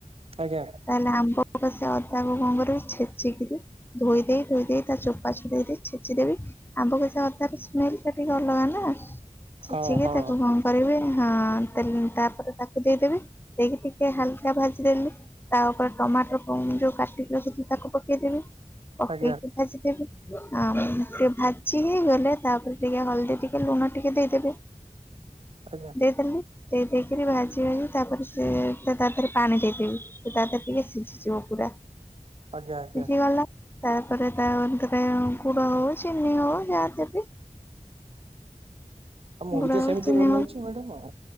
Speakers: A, on the right; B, on the left.
A: ଆଜ୍ଞା
B: ତାହେଲେ ଆମ୍ୱ ଆମ୍ବ କ ସେ ଅଦାକୁ କଙ୍ଗରେ ଛେଚିକି ଧୋଇ ଦେଇେଇ ଧୋଇ ଦେଇ ତା ଚୋପା ଛୋ ଦେଇ ଛେଚିଦେବି ଆମ୍ବ କ ସେ ଅଦା ସ୍ମେଲ ଟା ଟିକେ ଅଲଗା ନା। ଛେଚିକି
A: ହଁ ହଁ
B: ତାକୁ କଣ କରିବେ ହଁ। <inaudible> ତାପରେ <inaudible> ଦେଇଦେବି। ଦେଇକି ଟିକେ ହାଲକା ଭାଜିଦେଲି ତା ଉପରେ ଟମାଟର କୁ ଯୋଉ କାଟିକି ରଖିଥିଲି ତାକୁ ପକେଇଦେବି। ପକେଇକି
A: ଆଜ୍ଞା
B: ଭାଜି ଦେବି। ଆମ୍ୱ ଟିକେ ଭାଜି ହେଇଗଲେ ତାପରେ ଟିକେ ହଳଦୀ ଟିକେ ଲୁଣ ଟିକେ ଦେଇଦେବେ।
A: ଆଜ୍ଞା
B: ଦେଇ <unintelligible> ଦେଇ ଦେଇକରି ଭାଜି ଭାଜି ତାପରେ ସେ ସେ ତାପରେ ପାଣି ଦେଇଦେବି ସେ <unintelligible> ଟିକେ ସିଝିଯିବ ପୁରା।
A: ଆଜ୍ଞା ଆଜ୍ଞା।
B: ସିଝିଗଲା ତାପରେ <unintelligible> ଗୁଡ ହଉ ଚିନି ହଉ ଯାହା ଦେବି।
A: ଆଉ ମୁଁ
B: ଗୁଡ
A: ବି ତ
B: ହଉ
A: ସେମିତି
B: ଚିନି
A: ବନଉଛି
B: ହଉ
A: ମ୍ୟାଡ଼ମ ଆଉ